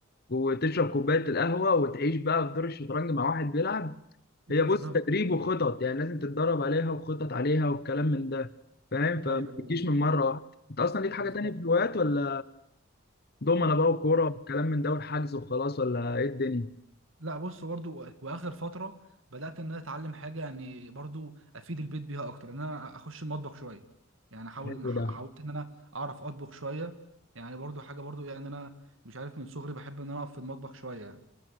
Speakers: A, on the left (about 50°); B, on the right (about 65°).
A: وتشرب كوبايه القهوه وتعيش بقى في دور الشطرنج مع واحد بيلعب
B: بالظبط
A: هي بص تدريب
B: ايوه
A: وخطط يعني لازم تتدرب عليها وخطط عليها والكلام من ده فاهم فما
B: ايوه ايوه
A: تجيش من مره واحده انت اصلا ليك حاجه
B: بالظبط
A: تانية في الهوايات ولا دومنه بقى وكوره والكلام من ده والحجز وخلاص ولا ايه الدنيا
B: لا بص برضو واخر فتره بدات ان انا اتعلم حاجه يعني برضو افيد البيت بيها اكتر ان انا اخش المطبخ شويه يعني احاول
A: حلو
B: ح-
A: ده
B: حاولت ان انا اعرف اطبخ شويه يعني برضو حاجه برضو يعني انا مش عارف من صغري بحب ان انا اقف في المطبخ شويه يعني